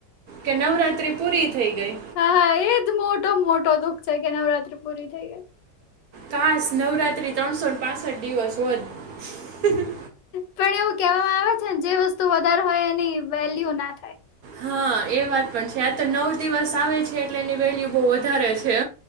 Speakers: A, on the right; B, on the left.
A: કે નવરાત્રી પૂરી થઈ ગઈ.
B: હા હા એજ મોટો મોટો દુઃખ છેાય કે નવરાત્રી પૂરી થઈ ગય.
A: ખાસ નવરાત્રી ત્રણસોઠ પાસઠ દિવસ હોય.
B: પણ એવું કહેવામાં આવે જે વસ્તુ વધારે હોય એની વેલ્યુ ના થાય.
A: હા એ વાત પણ છે આ તો નવ દિવસ આવે છે એટલે એની વેલ્યુ બહુ વધારે છે.